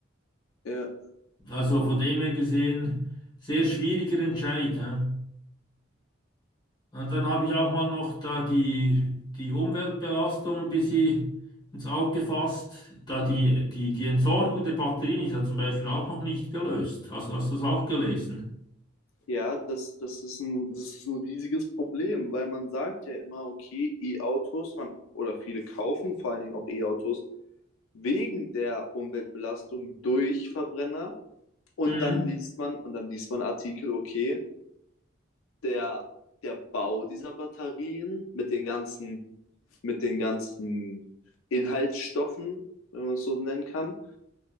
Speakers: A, on the left (about 85°); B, on the left (about 20°).
A: Ja,
B: Also von dem her gesehen, sehr schwieriger Entscheid. Hä? Und dann habe ich auch mal noch da die, die Umweltbelastung ein bisschen ins Auge gefasst. Da die, die, die Entsorgung der Batterien ist ja zum Beispiel auch noch nicht gelöst. Hast, hast du das auch gelesen?
A: Ja, das, das ist ein, das ist ein riesiges Problem, weil man sagt ja immer, okay, E-Autos, man, oder viele kaufen vor allen Dingen auch E-Autos wegen der Umweltbelastung durch Verbrenner. Und
B: Mhm.
A: dann liest man, und dann liest man Artikel, okay, der, der Bau dieser Batterien mit den ganzen, mit den ganzen Inhaltsstoffen, wenn man es so nennen kann,